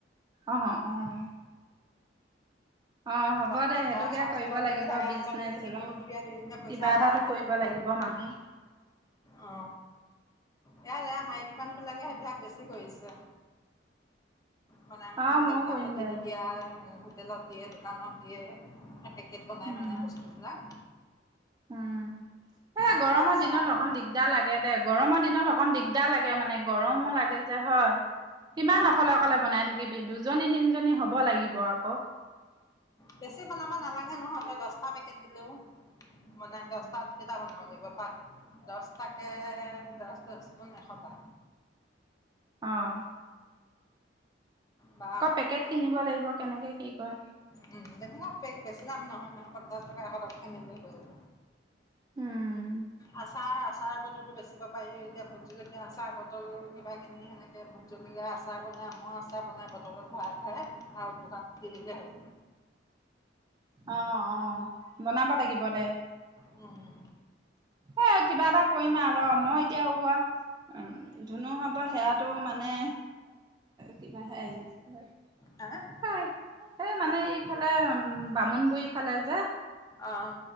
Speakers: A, on the right; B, on the left.
A: আহ অ আহ অ হ'ব
B: বা
A: দে সেইটোকে
B: বা চাউল
A: কৰিব
B: দিব বোলে
A: লাগিব
B: তাই
A: বিজনেচ
B: তই তিল খিনি
A: ৰ
B: কিনিবি আৰু দুইজনীয়ে পইচা
A: কিবা
B: আধা
A: এটাটো
B: আধা
A: কৰিব
B: লবি
A: লাগিব
B: আৰু
A: মানুহে।
B: অ এয়াৰ মাকি। মানুহ বিলাকে সেইবিলাক বেছি কৰিছে। বনাই মনাই
A: অ
B: এনেকে
A: ময়ো
B: দোকানত
A: কৰিম
B: দি
A: দে
B: দি দিয়া। হোটেলত দিয়ে দোকানত দিয়ে। কে বনাই
A: উম
B: মানে বস্তুবিলাক।
A: উম। এ
B: আকৌ
A: গৰমৰ
B: আচাৰ।
A: দিনত অকণ দিগদাৰ লাগে দে গৰমৰ দিনত অকণ দিগদাৰ। দা লাগে মানে গৰমো লাগে যে হয়। কিমান
B: অ
A: অকলে
B: অ
A: অকলে বনাই থাকিবি দুজনী তিনজনী হব লাগিব আকৌ।
B: বেছি বনাব নালাগে নহয় ত দহটা পেকেট। দো মানে দহটাত কেইটা বনাব লাগিব পা দহটাকে দহ দহ গুন এশটা।
A: অহ।
B: বা
A: পেকেট কিনিব লাগিব কেনেকে কি কয়
B: উম তেনেুৱ বেচি যাম নহয় নহয়। টকা এশ টকৈ মিলিলৈ যাব।
A: উম।
B: আচাৰ আচাৰ বটলো বেচিব পাৰি। এতিয়া ভোট জলকীয়া আচাৰ বটল কিবাখিনি সেনেকৈ ভোট জলকীয়া আচাৰ বনায় মমৰ আচাৰ বনায় বটলত ভাৰ ভাৰে। আও যোগান দিলে হ'ল।
A: অহ অহ বনাব লাগিব দে।
B: উওম উও।
A: এ কিবা এটা কৰিম আৰু মই এতিয়া ওৱ উ ধুনু হ। তো সেৱটো মানে। কিবা হে আহি
B: হা
A: এই মানে এই। ইফালে বামুণ বলি ফালে যে।
B: অহ।